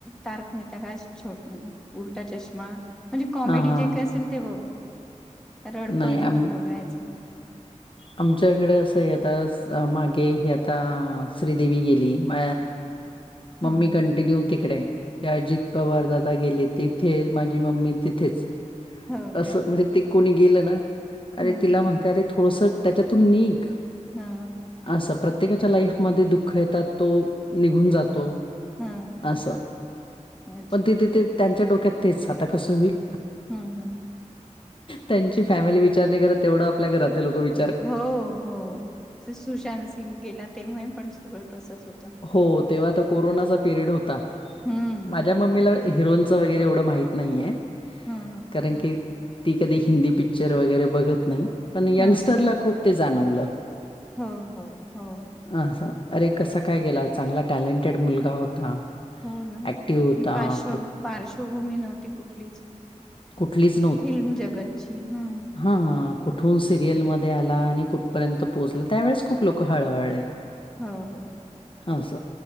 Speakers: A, in the centre; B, on the left.
A: तारक मेहता का अस छोटू उलटा चष्मा म्हणजे कॉमेडी
B: हां, हां.
A: जे काय असेल ते बघ. रडकं.
B: नाही
A: अजिबात
B: आम
A: बघायचं नाही.
B: आमच्याकडे असं येताच मागे हे आता श्रीदेवी गेली. म ममी
A: हं.
B: कंठ ती न्यू तिकडे ते अजित पवार दादा गेले, तिथे माझी मम्मी तिथेच.
A: हो
B: असं
A: काय.
B: म्हणजे ते कोणी गेलं ना. अरे
A: हम्म.
B: तिला म्हणता अरे थोडस. त्याच्यातून निघ
A: हा.
B: असं. प्रत्येकाच्या लाईफमध्ये दुःख येतात. तो निघून जातो
A: हं
B: असं.
A: अच्छा.
B: पण तिथे ते त्यांच्या डोक्यात तेच आता कसं होइल.
A: हं हं
B: त्यांची फॅमिली विचार नाही करत. तेवढं आपल्या घरातील लोक वि
A: हो हो. सुशांत सिंग गेला तेव्हा पण सगळं तसच होत.
B: हो. तेव्हा तर कोरोनाचा पिरियड होता.
A: हं
B: माझ्या मम्मीला हिरोनचं वगैरे एवढं माहित नाहीये.
A: हं
B: कारण की, ती कधी हिंदी पिक्चर वगैरे बघत नाही. पण यंगस्टरला
A: हं
B: खूप ते जाणवलं.
A: हो हो हो.
B: हा असा. अरे कसा काय गेला चांगला टॅलेंटेड मुलगा होता.
A: हो ना.
B: ऍक्टिव्ह होता
A: आणि पार्श्व
B: प्र-
A: पार्श्वभूमी नव्हती कुठलीच.
B: कुठलीच
A: फिल्म जगातची. हम्.
B: हा. कुठून सिरियल मध्ये आला. आणि कुठपर्यंत पोहोचला. त्यावेळेस खूप लोक हळहळले.
A: हो हो.
B: हा. अस.